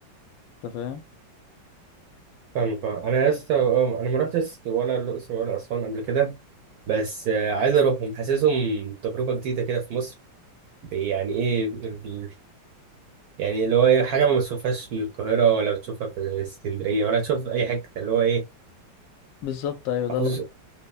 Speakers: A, on the left (about 75°); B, on the right (about 70°).
A: انت فاهم
B: فاهمك آه. انا لسه آه، انا ما رحتش ولا الاقصر ولا اسوان قبل كده بس آه، عايز اروحهم حاسسهم تجربه جديده كده في مصر يعني ايه ال- يعني اللي هو ايه حاجه ما بتشوفهاش من القاهره ولا بتشوفها في اسكندريه ولا تشوف في اي حته اللي هو ايه
A: بالظبط ايوه ده
B: خصوص